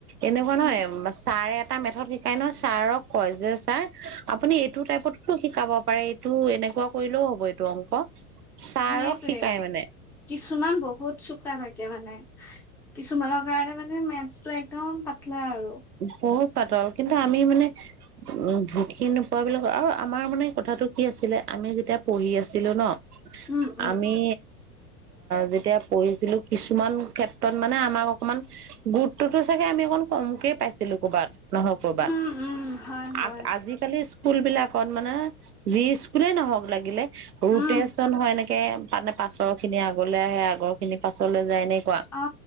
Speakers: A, on the right; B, in the centre.
A: এনেকুৱা
B: উম
A: নহয় চাৰে এটা মেথত শিকাই নহয় ছাৰক কয় যে ছাৰ আপুনি এইটো টাইপততো শিকাব পাৰে এইটো এনেকুৱা কৰিলেও হ'ব এইটো অংক ছাৰক
B: সেইটয়ে
A: শিকাই মানে
B: কিছুমান বহুত চোকা থাকে মানে, কিছুমানৰ কাৰণে মানে মেথছটো একদম <inaudible> আৰু
A: বহুত পাতল, কিন্তু আমি মানে উম ঢুকি নোপোৱা বুলি বিলাকৰ আৰু আমাৰ মানে কথাটো কি আছিলে আমি যেতিয়া পঢ়ি আছিলো ন
B: উম উম
A: আমি যেতিয়া পঢ়িছিলো কিছুমান ক্ষেত্ৰত মানে আমাক অকমান গুৰুত্বতটো চাগে আমি অকণ কমকে পাইছিলো কৰবাত নহয় কৰ'বাত
B: উম উম হয় হয়
A: আ আজিকালি স্কুল বিলাকত মানে যি স্কুলে নহওক লাগিলে ৰোটেচন
B: উম
A: হয় নেকি তে মানে পাছৰ খিনি আগলৈ আহে আগৰ খিনি পাছলৈ যায় এনে কোৱা
B: অ